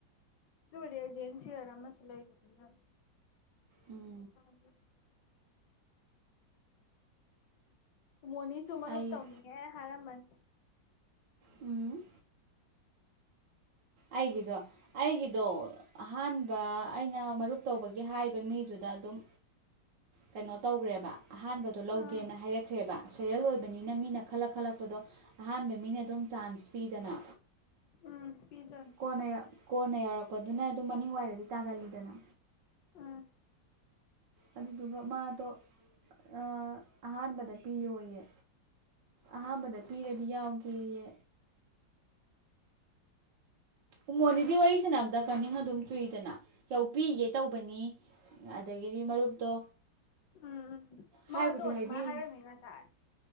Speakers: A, on the left (about 75°); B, on the right (about 75°).
A: ꯑꯗꯨꯕꯨꯗꯤ ꯑꯦꯖꯦꯟ ꯁꯦꯜ ꯑꯃꯁꯨ ꯂꯩꯕꯅꯤꯅ
B: ꯎꯝ
A: <unintelligible> ꯃꯣꯅꯤꯁꯨ ꯃꯔꯨꯞ
B: ꯑꯩ
A: ꯇꯧꯅꯤꯡꯉꯦ ꯍꯥꯏꯔꯝꯕꯅꯦ
B: ꯎꯝ ꯑꯩꯒꯤꯗꯣ ꯑꯩꯒꯤꯗꯣ ꯑꯍꯥꯟꯕ ꯑꯩ ꯅ ꯃꯔꯨꯞ ꯇꯧꯕꯒꯤ ꯍꯥꯏꯕ ꯃꯤꯗꯨꯗ ꯑꯗꯨꯝ ꯀꯩꯅꯣ ꯇꯧꯈ꯭ꯔꯦꯕ ꯑꯍꯥꯟꯕꯗꯣ ꯂꯧꯒꯦꯅ
A: ꯑꯥ
B: ꯍꯥꯏꯔꯛꯈ꯭ꯔꯦꯕ ꯁꯦꯔꯦꯜ ꯑꯣꯏꯕꯅꯤꯅ ꯃꯤꯅ ꯈꯜꯂꯛ ꯈꯜꯂꯛꯄꯗꯣ ꯑꯍꯥꯟꯕꯩ ꯃꯤꯅꯗꯨꯝ ꯆꯥꯟꯁ ꯄꯤꯗꯅ
A: ꯎꯝ ꯄꯤꯗꯣꯏꯅꯤ
B: ꯀꯣꯟꯅ ꯀꯣꯟꯅ ꯌꯥꯎꯔꯛꯄꯗꯨꯅ ꯑꯗꯨꯝ ꯃꯅꯤꯡ ꯋꯥꯏꯗꯗꯤ ꯇꯥꯒꯜꯂꯤꯗꯅ
A: ꯑꯥ
B: ꯑꯗꯨꯗꯨꯒ ꯃꯥꯗꯣ ꯑꯥ ꯑꯍꯥꯟꯕꯗ ꯄꯤꯌꯣꯌꯦ ꯑꯍꯥꯟꯕꯗ ꯄꯤꯔꯗꯤ ꯌꯥꯎꯒꯦꯌꯦ ꯎꯃꯣꯟꯗꯤꯗꯤ ꯋꯥꯔꯤ ꯁꯥꯟꯅꯕꯗ ꯀꯅꯤꯡ ꯑꯗꯨꯝ ꯆꯨꯏꯗꯅ ꯌꯥꯎꯕꯤꯒꯦ ꯇꯧꯕꯅꯤ ꯑꯗꯒꯤꯗꯤ ꯃꯔꯨꯞꯇꯣ
A: ꯎꯝ
B: ꯍꯥꯏꯕꯨꯗꯤ
A: ꯃꯥꯗꯣ
B: ꯍꯥꯏꯕꯤꯔꯤ
A: ꯁꯨꯃꯥꯏ ꯍꯥꯏꯔꯝꯃꯤ ꯉꯁꯥꯏ